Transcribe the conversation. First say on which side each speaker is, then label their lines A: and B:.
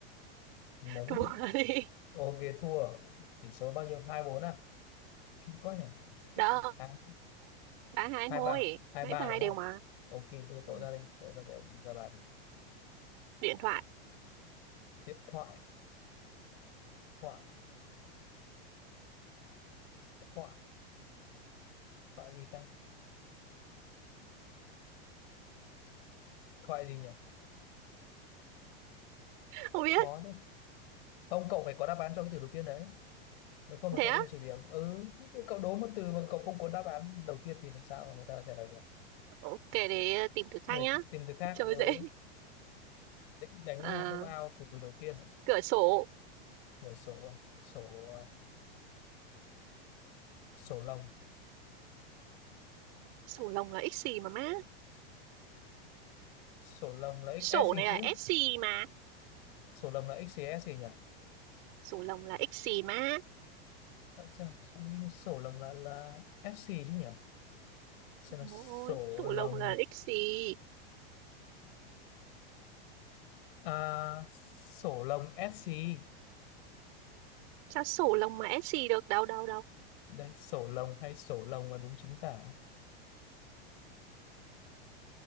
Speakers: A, on the left; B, on the right.
A: nấng
B: Thua đi.
A: ok thua tỷ số bao nhiêu hai bốn à kinh quá nhỉ
B: Đâu?
A: à,
B: Ba hai
A: hai
B: thôi.
A: ba hai
B: Nãy
A: ba
B: ba hai
A: đúng
B: đều
A: không
B: mà.
A: ok bây giờ
B: Ừ.
A: cậu ra đi cậu ra để ra bàn
B: Điện thoại.
A: điện thoại thoại thoại thoại gì ta thoại gì nhỉ
B: Không biết.
A: khó thế không cậu phải có đáp án cho cái từ đầu tiên đấy nếu không là
B: Thế
A: cậu
B: á?
A: sẽ bị trừ điểm ừ thế cậu đố một từ mà cậu không có đáp án đầu tiên thì làm sao mà người ta trả lời được
B: Ok, để tìm thử
A: rồi
B: khác nhá.
A: tìm từ khác
B: trời
A: ừ
B: dễ.
A: định đánh
B: À,
A: à, knock out từ từ đầu tiên à?
B: cửa sổ.
A: rồi sổ à? sổ à, sổ lồng
B: Sổ lồng là x gì mà má?
A: sổ lồng là XS
B: Sổ
A: gì
B: này là
A: chứ
B: s gì mà.
A: sổ lồng là X gì S gì nhỉ
B: Sổ lồng là x gì má.
A: à, xem nào Sao nghĩ sổ lồng là là S gì chứ nhỉ xem nào sổ
B: Ôi, sổ
A: lồng
B: lồng là x gì?
A: à, sổ lồng S gì
B: Sao sổ lồng mà s gì được? Đâu, đâu, đâu.
A: đây sổ lồng hay sổ lồng là đúng chính tả